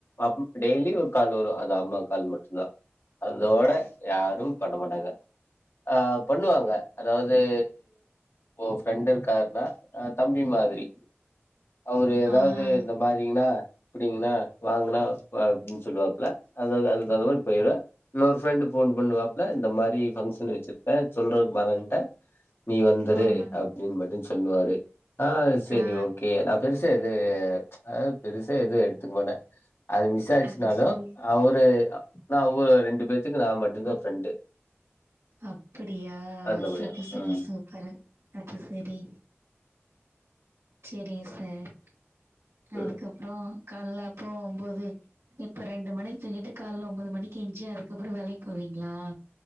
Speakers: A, on the left; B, on the right.
A: அம் டெய்லி ஒரு கால் வரூ அது அம்மா கால் மட்டுந்தா அதோட யாரும் பண் ண மாட்டாங்க ஆ பண்ணுவாங்க அதாவ் இது ஓ ஃப்ரெண்டிர் கார் அ ஆ தம்பி மாதிரி அவுரு எதாவ்து
B: ஆஹா
A: இந்த மாரிங்கனா ப்டீங்னா வாங்கனா வ அப்டின் சொல்லுவாப்ல அத அத <unintelligible> போயிருவே இன்னொரு ஃப்ரெண்டு ஃபோன் பண்ணுவாப்ல இந்த மாரி பங்க்ஷன் வச்சிருப்பே சொல்றதுக்கு மறந்த்டே நீ வந்துரு
B: ஆஹா
A: அப்டின் மட்டுஞ் சொல்லுவாரு ஆ செரி
B: ஆ
A: ஓகே நா பெருஸ் பெரிசா எது அ பெருசா எதுவும் எடுத்துக்க மாட்டேன் அது மிஸ் ஆச்சுனாலு
B: அது சரி
A: அவருா அவ ரெண்டு பேர் க்கு நான் மட்டும்தான் ஃப்ரெண்டு
B: அப்படியா
A: அந்த
B: சூப்பர்
A: மாரி
B: சூப்பர்
A: ம்
B: சூப்பரு அது சரி செரிங்க சார்
A: பத்து-
B: அதுக்கப்பறம் காலைல அப்போ ஒம்போது இப்ப ரெண்டு மணிக்கு தூங்கீட்டு காலைல ஒன்பது மணிக்கு எஞ்சு அதுக்கப்புறம் வேலைக்கு போவீங்களா